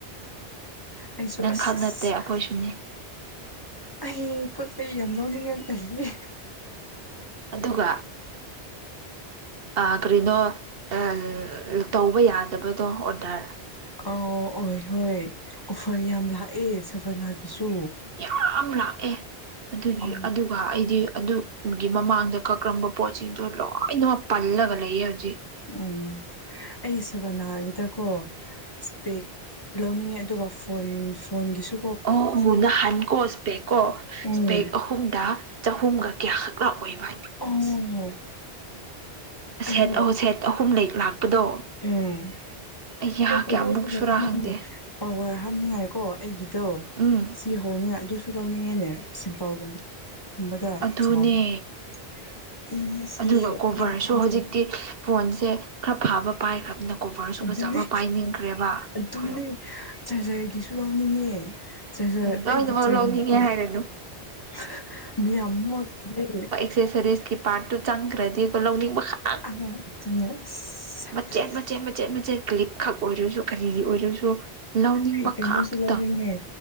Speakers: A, on the left (about 20°); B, on the right (about 65°).
A: ꯑꯩꯁꯨ
B: ꯅꯪꯈꯛ
A: ꯑꯁ
B: ꯅꯠꯇꯦ ꯑꯩꯈꯣꯏꯁꯨꯅꯤ
A: ꯑꯩ ꯄꫭꯠꯆꯩ ꯌꯥꯝ ꯂꯧꯅꯤꯡꯉꯥꯏ ꯑꯩꯌꯦ
B: ꯑꯗꯨꯒ ꯑ ꯀꯔꯤꯅꯣ ꯑ ꯇꯧꯕ ꯌꯥꯗꯕꯗꯣ ꯑꯣꯔꯗꯔ
A: ꯑꯣ ꯑꫭꯏ ꯍꯣꯏ ꯑꯣꯐꯔ ꯌꯥꯝ ꯂꯥꯛꯑꯦ ꯁꯕꯅꯥꯒꯤꯁꯨ
B: ꯌꯥꯝ ꯂꯥꯛꯑꯦ ꯑꯗꯨꯒꯤ
A: ꯑ
B: ꯑꯗꯨ ꯄ ꯑꯩꯗꯤ ꯑꯗꯨꯒꯤ ꯃꯃꯥꯡꯗ ꯀꯛꯕ ꯄꯣꯠꯁꯤꯡꯗꯣ ꯂꯣꯏꯅꯃꯛ ꯄꯜꯂꯒ ꯂꯩꯌꯦ ꯍꯧꯖꯤꯛ
A: ꯎꯝ ꯑꯩ ꯁꯕꯅꯥꯒꯤꯗꯀꯣ ꯏꯁꯄꯦꯛ ꯂꯧꯅꯤꯡꯉꯦ ꯑꯗꯨꯒ ꯐꯣꯟ ꯐꯣꯟꯒꯤꯁꯨ
B: ꯑꫭ ꯅ ꯍꯟꯀꯣ ꯏꯁ꯭ꯄꯦꯛꯀꯣ
A: ꯎꯝ
B: ꯏꯁ꯭ꯄꯦꯛ ꯑꯍꯨꯝꯗ ꯆꯍꯨꯝꯒ ꯀꯌꯥꯈꯛ ꯂꯥꯛꯑꯣꯕ
A: ꯎꯝ ꯑꯩ
B: ꯁꯦꯠ ꯑꯍꯨꯝ ꯁꯦꯠ ꯑꯍꯨꯝ ꯂꯩ ꯂꯥꯛꯄꯗꯣ
A: ꯎꯝ
B: ꯑꯩꯌꯥ
A: <unintelligible>
B: ꯀꯌꯥꯃꯨꯛ ꯁꯨꯔꯥ ꯈꯪꯗꯦ
A: ꯄꯋꯥꯔ ꯍꯥꯞꯅꯤꯡꯉꯥꯏꯀꯣ ꯑꯩꯒꯤꯗꯣ
B: ꯎꯝ
A: ꯊꯤ ꯍꯧꯡꯉꯦ ꯑꯗꯨꯁꯨ ꯂꯧꯅꯤꯡꯉꯦꯅꯦ ꯁꯤꯝꯄꯜꯒꯨꯝ <unintelligible>
B: ꯑꯗꯨꯅꯦ ꯑꯗꯨꯒ ꯀꯣꯕꯔꯁꯨ ꯍꯧꯖꯤꯛꯇꯤ ꯐꯣꯟꯁꯦ ꯈꯔ ꯐꯥꯕ ꯄꯥꯏꯈ꯭ꯔꯕꯅ ꯀꯣꯚꯔꯁꯨ
A: ꯑꯗꯨꯅꯤ
B: ꯐꯖꯕ ꯄꯥꯏꯅꯤꯡꯈ꯭ꯔꯦꯕ
A: ꯑꯗꯨꯅꯤ
B: ꯍꯣꯏ
A: ꯆꯥꯔꯖꯔꯒꯤꯁꯨ ꯂꯧꯅꯤꯡꯉꯦ ꯆꯥꯔꯖꯔ
B: ꯎꯝ ꯂꯣꯏꯅꯃꯛ
A: ꯑꯩꯒꯤ ꯆꯥꯔꯖꯔ
B: ꯂꯧꯅꯤꯡꯉꯦ ꯍꯥꯏꯔꯅꯨ
A: <unintelligible> ꯌꯥꯝ ꯃꯣꯠꯈ꯭ꯔꯦ
B: ꯊꯦꯐꯦꯁꯦꯁꯀꯤ ꯄꯥꯔꯠꯇꯨ ꯆꯪꯈ꯭ꯔꯗꯤꯀꯣ ꯂꯧꯅꯤꯡꯕꯈꯛ
A: <unintelligible>
B: ꯃꯆꯦꯠ ꯃꯆꯦꯠ ꯃꯆꯦꯠ ꯃꯆꯦꯠ ꯀ꯭ꯂꯤꯞ ꯈꯛ ꯑꯣꯏꯔꯁꯨ ꯀꯔꯤꯗꯤ ꯑꯣꯏꯔꯁꯨ ꯂꯧꯅꯤꯡꯕ
A: ꯑꯩ ꯀꯩꯅꯣꯁꯨ
B: ꯈꯛꯇ
A: ꯂꯧꯅꯤꯡꯉꯦ